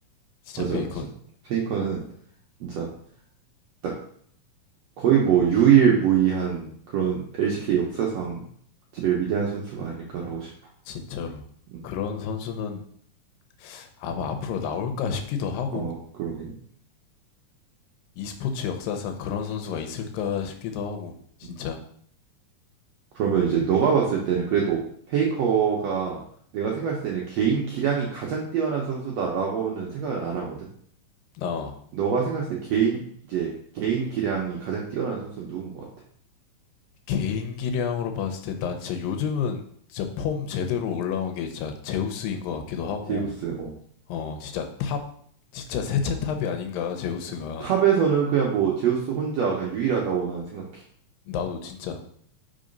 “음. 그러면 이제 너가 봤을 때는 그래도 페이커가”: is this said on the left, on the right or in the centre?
Right